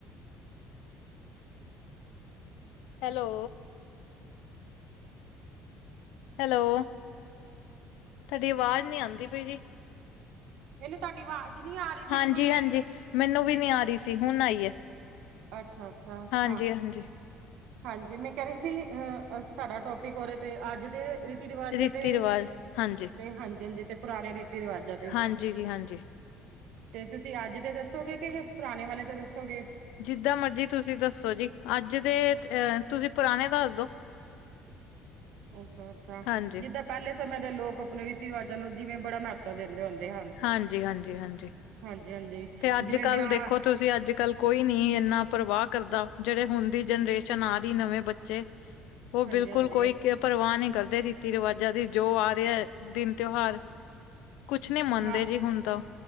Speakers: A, on the left; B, on the right.
A: hello hello ਤੁਹਾਡੀ ਆਵਾਜ਼ ਨੀ ਆਉਂਦੀ ਪਈ ਜੀ
B: ਮੈਨੂੰ ਤੁਹਾਡੀ ਆਵਾਜ਼ ਨਹੀ ਆ ਰਹੀ
A: ਹਾਂਜੀ
B: ਬਿਲਕੁਲ ਵੀ
A: ਹਾਂਜੀ ਮੈਨੂੰ ਵੀ ਨੀ ਆ ਰਹੀ ਸੀ ਹੁਣ ਆਈ
B: ਅੱਛਾ, ਅੱਛਾ, ਅੱਛਾ
A: ਹਾਂਜੀ ਹਾਂਜੀ।
B: ਹਾਂਜੀ ਮੈਂ ਕਹਿ ਰਹੀ ਸੀ ਅ ਸਾਡਾ ਟੋਪਿਕ ਉਹਦੇ ਤੇ ਅੱਜ ਦੇ ਰੀਤੀ ਰਿਵਾਜ਼
A: ਰੀਤੀ
B: ਤੇ ਤੇ
A: ਰਿਵਾਜ, ਹਾਂਜੀ
B: ਹਾਂਜੀ, ਹਾਂਜੀ ਤੇ ਪੁਰਾਣੇ ਰੀਤੀ ਰਿਵਾਜ਼ਾਂ ਤੇ
A: ਹਾਂਜੀ ਜੀ ਹਾਂਜੀ।
B: ਤੇ ਤੁਸੀਂ ਅੱਜ ਦੇ ਦੱਸੋਗੇ ਕਿ ਪੁਰਾਣੇ ਵਾਲੇ 'ਤੇ ਦੱਸੋਗੇ?
A: ਜਿੱਦਾਂ ਮਰਜ਼ੀ ਤੁਸੀਂ ਦੱਸੋ ਜੀ ਅੱਜ ਦੇ ਅਹ ਤੁਸੀਂ ਪੁਰਾਣੇ ਦੱਸ ਦੋ
B: ਅੱਛਾ ਅੱਛਾ
A: ਹਾਂਜੀ।
B: ਜਿੱਦਾਂ ਪਹਿਲੇ ਸਮੇਂ ਦੇ ਲੋਕ ਆਪਣੇ ਰੀਤੀ ਰਿਵਾਜ਼ਾਂ ਨੂੰ ਜਿਵੇਂ ਬੜਾ ਮਹੱਤਵ ਦਿੰਦੇ ਹੁੰਦੇ ਹਨ
A: ਹਾਂਜੀ ਹਾਂਜੀ ਹਾਂਜੀ
B: ਹਾਂਜੀ ਹਾਂਜੀ
A: ਤੇ ਅੱਜ
B: ਜਿਵੇਂ
A: ਕੱਲ
B: ਵਿਆਹ
A: ਦੇਖੋ ਤੁਸੀਂ ਅੱਜ ਕੱਲ ਕੋਈ ਨੀ ਇੰਨਾ ਪਰਵਾਹ ਕਰਦਾ ਜਿਹੜੇ ਹੁਣ ਦੀ ਜਨਰੇਸ਼ਨ ਆ ਰਹੀ ਨਵੇਂ ਬੱਚੇ ਉਹ
B: ਹਾਂਜੀ,
A: ਬਿਲਕੁਲ
B: ਹਾਂਜੀ
A: ਕੋਈ ਪਰਵਾਹ ਨਹੀਂ ਕਰਦੇ ਰੀਤੀ ਰਿਵਾਜਾਂ ਦੀ ਜੋ ਆ ਰਿਹਾ ਦਿਨ ਤਿਉਹਾਰ ਕੁਛ ਨੀ ਮੰਨਦੇ
B: ਹਾਂ।
A: ਜੀ ਹੁਣ ਤਾਂ